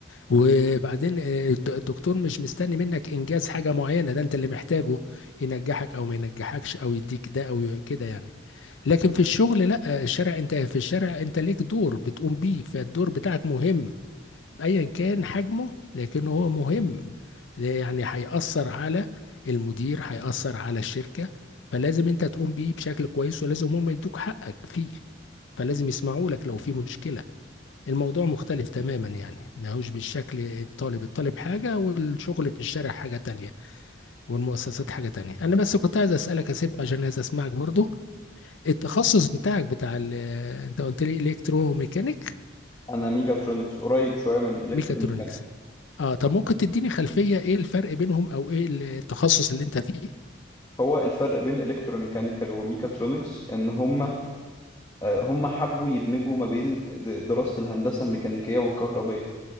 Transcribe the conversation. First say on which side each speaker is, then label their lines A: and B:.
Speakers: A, on the left; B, on the left.
A: وبعدين آه، الد- الدكتور مش مستني منك انجاز حاجه معينه ده انت اللي محتاجه ينجحك او ما ينجحكش او يديك ده او كده يعني لكن في الشغل لا الشارع انت في الشارع انت ليك دور بتقوم بيه فالدور بتاعك مهم ايا كان حجمه لكن هو مهم لا- يعني هيأثر على المدير هيأثر على الشركة فلازم انت تقوم بيه بشكل كويس ولازم هم يدوك حقك فيه فلازم يسمعوا لك لو في مشكلة الموضوع مختلف تماما يعني ما هوش بالشكل الطالب الطالب حاجة والشغل في الشارع حاجة تانية والمؤسسات حاجة تانية انا بس كنت عايز اسألك اسيب عشان عايز اسمعك برضو التخصص بتاعك بتاع ال آه، انت قلت لي الكترو ميكانيك
B: أنا ميكاترونكس قريب شوية من إلكتروميكانيك
A: ميكاترونكس اه طب ممكن تديني خلفية ايه الفرق بينهم او ايه التخصص اللي انت فيه
B: هو الفرق بين إلكتروميكانيكال وميكاترونكس إن هما آه، هما حبوا يدمجوا ما بين د- دراسة الهندسة الميكانيكية والكهربية